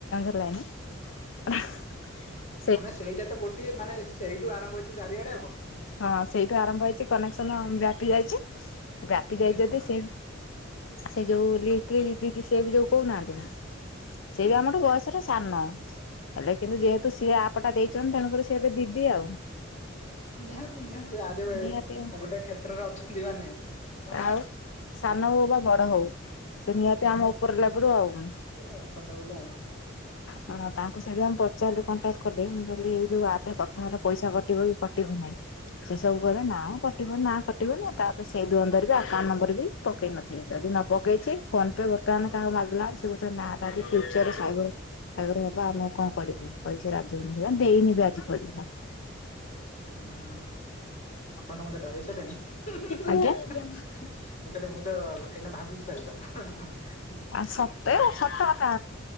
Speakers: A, on the left; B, on the left.
A: ଲାଇନି ହେଁ।
B: ମାନେ ସେଇଟା ତ ଗୋଟିଏ ମାନେ ସେଇଠୁ ଆରମ୍ଭ ହେଇଚି ଚାରିଆଡେ ଆଉ କଣ।
A: ହଁ ସେଇଠୁ ଆରମ୍ଭ ହେଇଛି କନେକ୍ସନ ବ୍ୟାପି ଯାଇଛି ବ୍ୟାପି ଯାଇଛି
B: ଯେ ହଁ
A: ଯଦି ସି ସେ ଯୋଉ ଲିିତିଲି ଦିଦି କି ସେ ବି ଯୋଉ କହୁ ନାହାଁନ୍ତି ନା ସେ
B: ହଁ
A: ବି ଆମଠୁ ବୟସ ସେଟା ସାନ ହେଲେ କିନ୍ତୁ ଯେହେତୁ ସିଏ ଆପଟା ଦେଇଛନ୍ତି ତେଣୁକରି ସିଏ ଏବେ ଦିଦି ଆଉ।
B: ନିହାତି ନିହାତି ଆଜିବି
A: ନିହାତି
B: ଗୋଟେ କ୍ଷେତ୍ରରେ ଅଛନ୍ତି ମାନେ ଆ
A: ଆଉ ସାନ ହଉ ବା ବଡ ହଉ ସେ ନିହାତି ଆମ ଉପର ଲେବୁଲୁ ଆଉ।
B: ଏ ରଛାଟା ଗଲା ଆଉ।
A: ହଁ ତାଙ୍କୁ ସେଇଥିପାଇଁ ମୁଁ ପଚାରିଲି କଣ୍ଟାକ୍ଟ କଲି ମୁଁ କହିଲି ଏଇ ଯୋଉ ଆ ପ୍ରେ କଥା ହେଲେ ପଇସା କଟିବ କି କଟିବ ନାହିଁ। ସେ ସବୁ କହିଲେ ନାଁ ମ କ କଟିବ ନା କଟିବ ନି ତାପରେ ସେଇ ଦ୍ୱନ୍ଦରେ ବି ଆକାଉଣ୍ଟ ନମ୍ବର ବି ପକେଇ ନଥିଲି ଯଦି ନ ପକେଇଛି ଫୋନ୍ ପେ ବର୍ ବର୍ତ୍ତମାନ କାହାକୁା ମାଗିଲା ଆଳୁକୁ ସେ କହୁଛନ୍ତି ନା ଏଟା ଯଦି ଫ୍ୟୁଚରରେ ସାଇବର୍ ସାଇବର୍ ହବ ଆମେ ଆଉ କଣ କରିବୁ କହି ସେ ରାଜିହଉନି ସେ ଦେଇନି ବି ଆଜି ପର୍ଯ୍ୟନ୍ତ।
B: ହୁଁ ହୁଁ ଆପଣ ତ ମତେ ଡରେଇ ସାରିଲେଣି ହୁଁ ହୁଁ
A: ଆଜ୍ଞା।
B: ହେଁ ମୁଁ କହିଲି ମୁଁ ତ ଏଇନେ ଭାବୁଛି ତାଲେ ତାକୁ।
A: ଆଉ ସତେ ସତ <unintelligible>